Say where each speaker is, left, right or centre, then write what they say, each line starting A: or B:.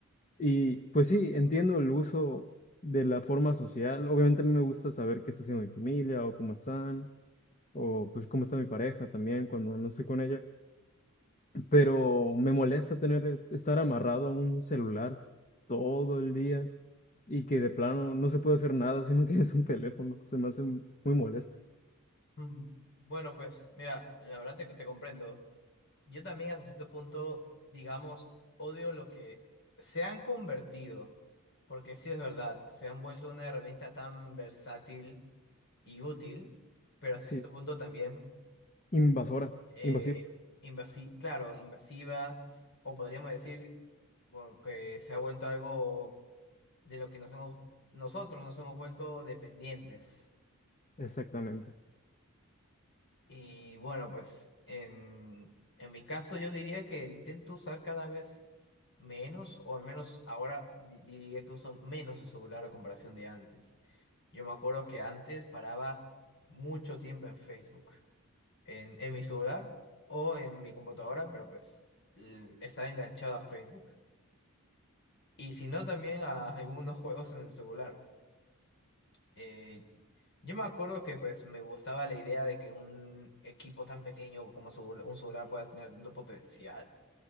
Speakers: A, on the left (about 35°); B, on the left (about 50°).
A: Y pues sí, entiendo el uso de la forma social. Obviamente a mí me gusta saber qué está haciendo mi familia o cómo están o pues cómo está mi pareja también cuando no estoy con ella, pero me molesta tener es- estar amarrado a un celular todo el día y que de plano no se puede hacer nada si no <laughs> tienes un teléfono, se me hace m- muy molesto.
B: Mm, Bueno, pues mira, la verdad te, te comprendo. Yo también hasta cierto punto, digamos, odio lo que se han convertido, porque sí es verdad, se han vuelto una herramienta tan versátil y útil, pero hasta
A: Sí,
B: cierto punto también
A: invasora,
B: eh,
A: invasivo.
B: invasi- claro, invasiva, o podríamos decir bueno, que se ha vuelto algo de lo que nos hemos, nosotros nos hemos vuelto dependientes.
A: Exactamente.
B: Y bueno, pues en, en mi caso yo diría que intento usar cada vez menos, o al menos ahora di- diría que uso menos el celular a comparación de antes. Yo me acuerdo que antes paraba mucho tiempo en Facebook, en, en mi celular o en mi computadora, pero pues l- estaba enganchado a Facebook. Y si no, también a algunos juegos en el celular. Eh, Yo me acuerdo que pues me gustaba la idea de que un equipo tan pequeño como su- un celular pueda tener tanto potencial.